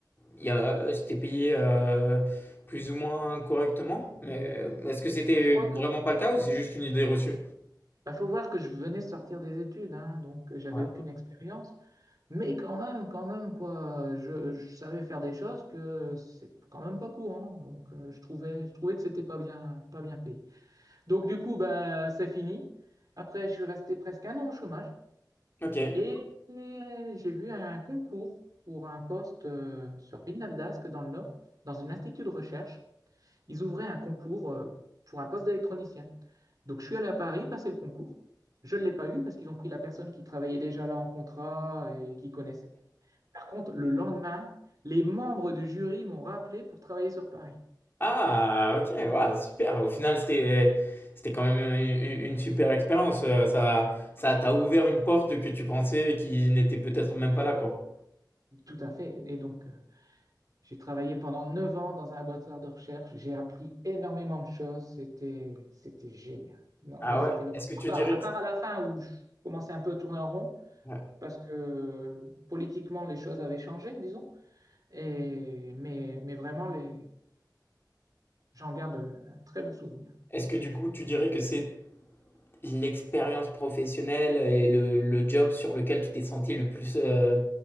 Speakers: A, on the left; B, on the right.
A: il y a, euh, c'était payé euh, plus ou moins correctement. Mais est-ce que c'était
B: je crois que
A: vraiment pas le cas ou c'est juste une idée reçue?
B: bah, faut voir que je venais de sortir des études, hein, donc euh, j'avais
A: Ouais.
B: aucune expérience. Mais quand même, quand même, quoi, je, je savais faire des choses que c'est quand même pas courant. Donc, euh, je trouvais, je trouvais que c'était pas bien, pas bien payé. Donc, du coup, ben, c'est fini. Après, je suis resté presque un an au chômage
A: OK.
B: et, et j'ai vu un concours pour un poste euh, sur Villeneuve-d'Ascq, dans le Nord, dans une institut de recherche. Ils ouvraient un concours euh, pour un poste d'électronicien. Donc, je suis allé à Paris passer le concours. Je ne l'ai pas eu parce qu'ils ont pris la personne qui travaillait déjà là en contrat et qui connaissait par contre, le lendemain, les membres du jury m'ont rappelé pour travailler sur Paris.
A: Ah, ok, ouais, super. Au final, c'était, c'était quand même une, une super expérience. Euh, Ça, ça t'a ouvert une porte que tu pensais qui n'était peut-être même pas là, quoi.
B: Tout à fait. Et donc, euh, j'ai travaillé pendant neuf ans dans un laboratoire de recherche. J'ai appris énormément de choses. C'était, c'était génial. Non,
A: Ah
B: là, c'était
A: ouais.
B: vraiment-
A: Est-ce que tu
B: à part,
A: dirais
B: à
A: que,
B: part à la fin où je commençais un peu à tourner en rond
A: ouais.
B: parce que politiquement, les choses avaient changé, disons. Et, mais, mais vraiment, les, j'en garde un très bon souvenir.
A: Est-ce que du coup, tu dirais que c'est l'expérience professionnelle et le, le job sur lequel tu t'es senti le plus euh,